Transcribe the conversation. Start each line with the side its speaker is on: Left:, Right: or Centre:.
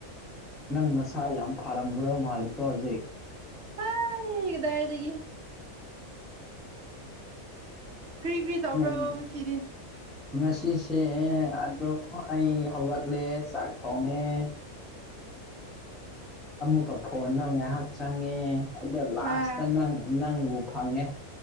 Centre: ꯅꯪ ꯅꯁꯥ ꯌꯥꯝ ꯐꯥꯔꯝꯒꯗꯧ ꯃꯥꯜꯂꯤꯀꯣ ꯍꯧꯖꯤꯛ
Right: ꯍꯥꯏ ꯀꯗꯥꯏꯗꯒꯤ ꯀꯔꯤ ꯀꯔꯤ ꯇꯧꯕ꯭ꯔꯣ
Centre: ꯑꯦꯝꯗꯤ
Right: ꯉꯁꯤꯗꯤ
Centre: ꯉꯁꯤꯁꯦ ꯑꯗꯣ ꯑꯩ ꯍꯧꯒꯠꯂꯦ ꯆꯥꯛ ꯊꯣꯡꯉꯦ ꯑꯃꯨꯛꯀ ꯐꯣꯟꯗ ꯉꯥꯏꯍꯥꯛ ꯆꯪꯉꯦ ꯑꯗ ꯂꯥꯁꯇ
Right: ꯑꯥ
Centre: ꯅꯪ ꯅꯪꯕꯨ ꯐꯪꯉꯦ